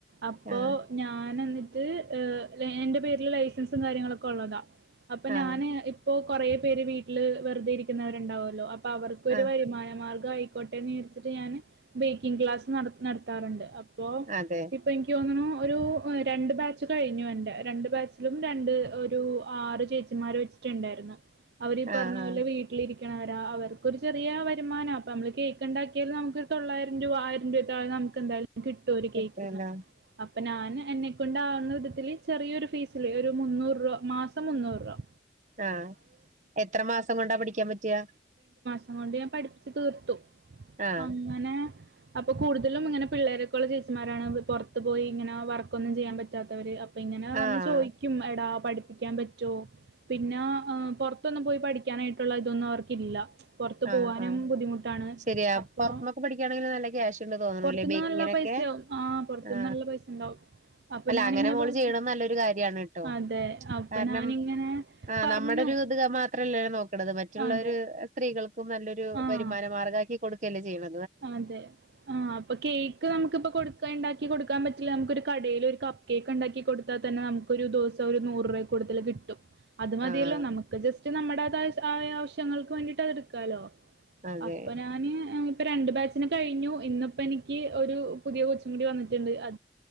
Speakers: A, on the right; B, on the right.
A: അപ്പോ
B: ആഹ്
A: ഞാനന്നി ട്ട് ഏ ലെ എന്റെ പേരില് ലൈസൻസും കാര്യങ്ങളൊക്കെ ഒള്ളതാ. അപ്പ
B: ആഹ്
A: ഞാന് ഇപ്പോ കൊറേ പേര് വീട്ടില് വെറുതെ ഇരിക്കുന്നവര് ഇണ്ടാവുവല്ലോ. അപ്പ അവർക്കൊരു
B: ആഹ്
A: വരുമാന മാർഗായി ആയിക്കോട്ടെന്ന് വിചാരിച്ചിട്ട് ഞാന് ബേക്കിംഗ് ക്ലാസ്സ് നട് നടത്താറുണ്ട്, അപ് പ്പോ
B: അതെ
A: ഇപ്പ എനിക്ക് തോന്നണു ഒരു രണ്ട് ബാച്ച് കഴിഞ്ഞു എന്റെ രണ്ട് ബാച്ചിലും രണ്ട് ഒരു ആറ് ചേച്ചിമാര് വെച്ചിട്ടിണ്ടായിരുന്നു അവരീ പറഞ്ഞപോലെ
B: ആഹ് ആഹ്
A: വീട്ടിലിരി ക്ലാര അവർക്കൊരു ചെറിയ വരുമാന അപ്പ മ്മള് കേക്ക് ഇണ്ടാക്കിയാൽ നമ്മുക്കൊരു തൊള്ളായിരം രൂപ ആയിരം രൂപേ താഴെ നമുക്ക് എന്താ കിട്ടും ഒരുകേക്കിന്
B: കിട്ടല്ലോ
A: അപ്പ ഞാൻ എന്നെക്കൊണ്ടാവുന്ന വിധത്തില് ചെറിയൊരു ഫീസില് ഒരു മുന്നൂറ് രൂപ മാസം മുന്നൂറ് രൂവ
B: ആ എത്ര മാസം കൊണ്ടാ പഠിക്കാൻ പറ്റ്വ
A: അങ്ങോണ്ട് ഞാൻ പഠിപ്പിച്ച് തീർത്തു
B: ആഹ്
A: അങ്ങനെ അപ്പൊ കൂടുതലും ഇങ്ങനെ പിള്ളേരോക്കുള്ള ചേച്ചിമാരാണ് പുറത്തു പോയി ഇങ്ങനെ വർക്കൊന്നും ചെയ്യാൻ പറ്റാത്തവര് അ പ്പൊ ഇങ്ങനെ വന്ന്
B: ആഹ്
A: ചോദിക്കും എടാ പഠിപ്പിക്കാൻ പറ്റ്വോ പിന്നെ പൊറത്തൊന്നും പോയി പഠിക്കാനായിട്ടുള്ള ഇതൊന്നും അവർക്കില്ല പൊറത്ത്
B: ആഹ്
A: പോവാനും
B: ആഹ്
A: ബുദ്ധിമുട്ടാണ്
B: ശരിയാ
A: അപ്പൊ
B: പൊറത്ത്ന്നൊക്കെ പഠിക്കയാണെങ്കി നല്ല ക്യാഷ് ഉണ്ട് തോന്നണല്ലേ
A: പുറത്തുന്ന്
B: ബേക്കിങ്ങിനൊക്കെ
A: നല്ല പൈസയാവും ആ പുറത്തുന്ന്
B: ആ
A: നല്ല പൈസ ഉണ്ടാവും അപ്പൊ
B: അല്ല
A: ഞാനിങ്ങനെ
B: അങ്ങനെ മോള്
A: പറഞ്ഞു
B: ചെയ്യണംന്ന് നല്ലൊരു കാര്യണ് ട്ടോ
A: അതെ അപ്പൊ
B: കാരണം
A: ഞാനിങ്ങനെ
B: ആ
A: പറഞ്ഞു
B: നമ്മുടെ ഒരു ത് മാത്രല്ല നോക്കണത് മറ്റുള്ളരു
A: അതെ
B: ട്ടികൾ ക് നല്ലൊരു
A: ആഹ്
B: വരുമാനമാർഗാക്കി കൊടുക് ലെ ചെയ്യുണ
A: അതെ ആ അപ്പൊ കേക്ക് നമുക്ക്പ്പൊ കൊടുക്കാ ഇണ്ടാക്കി കൊടുക്കാൻ പ നമുക്കൊരു കടൽ ഒരു കപ്പ് കേക്ക് ഉണ്ടാക്കി കൊടുത്താൽ തന്നെ നമുക്ക് ഒരു ദിവസ ഒരു നൂറ് രൂപ കൂടുതൽ കിട്ടും അത് മതിയല്ലോ
B: ആഹ്
A: നമുക്ക് ജസ്റ്റ് നമ്മ ടേതായ ആവശ്യങ്ങൾക്ക് വേണ്ടിട്ട് അത് എടുക്കാലോ.
B: അതെ
A: അപ്പ ഞാന് <unintelligible> ഇപ്പ രണ്ട് ബാച്ചിന് കഴിഞ്ഞു, ഇന്നിപ്പോ എനിക്ക് ഒരു പുതിയ കൊച്ചും കൂടി വന്നിട്ടുണ്ട്, അ